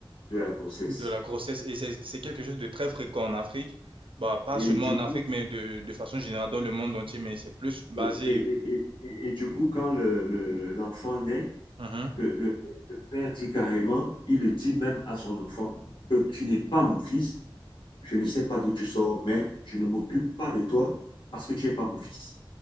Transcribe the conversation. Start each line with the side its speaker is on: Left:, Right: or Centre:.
Left: de la grossesse.
Right: De la grossesse, et c'est c'est quelque chose de très fréquent en Afrique. Bah, pas
Left: Et
Right: seulement
Left: du
Right: en
Left: coup,
Right: Afrique, mais de, de façon générale dans le monde entier, mais c'est plus basé.
Left: et, et- et- et- et du coup, quand le, le- le- l'enfant naît,
Right: Mhm.
Left: le, le le père dit carrément, il le dit même à son enfant, que tu n'es pas mon fils, je ne sais pas d'où tu sors, mais je ne m'occupe pas de toi parce que tu n'es pas mon fils.